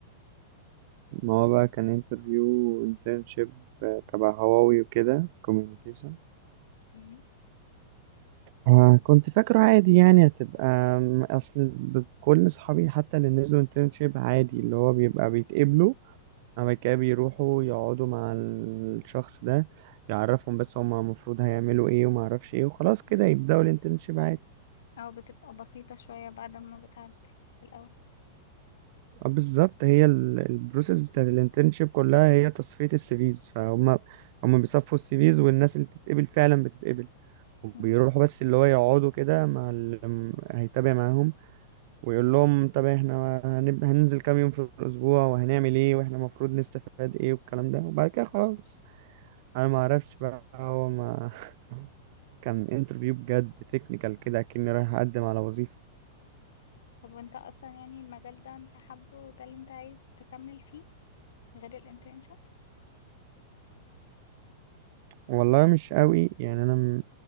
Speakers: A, on the right (about 40°); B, on the left (about 75°).
A: ما هو بقى كان انترفيو انترنشيب تبع هواوي وكده في كوميونيكيشن
B: مم.
A: آه كنت فاكره عادي يعني هتبقى م- اصل ب- كل اصحابي حتى اللي نزلوا انترنشيب عادي اللي هو بيبقى بيتقبلوا بعد كده بيروحوا يقعدوا مع الشخص ده يعرفهم بس هما المفروض هيعملوا ايه وما اعرفش ايه وخلاص كده يبدأوا الانترنشيب عادي
B: او بتبقى بسيطة شوية بعد ما بتعدي في الاول
A: آه، بالظبط هي ال- البروسيس بتاعت الانترنشيب كلها هي تصفية السيفيز فهم هم بيصفوا السيفيز والناس اللي تتقبل فعلا بتتقبل وبيروحوا
B: مم.
A: بس اللي هو يقعدوا كده مع اللي م- هيتابع معاهم ويقول لهم طب احنا هنب... هننزل كام يوم في الأسبوع وهنعمل ايه واحنا المفروض نستفاد ايه والكلام ده وبعد كده خلاص انا ما اعرفش بقى هو ما <laughs> كان انترفيو بجد تكنيكال كده كأني رايح اقدم على وظيفة
B: طب وانت اصلا يعني المجال ده انت حابه ده اللي انت عايز تكمل فيه غير الانترنشب
A: والله مش قوي يعني انا م-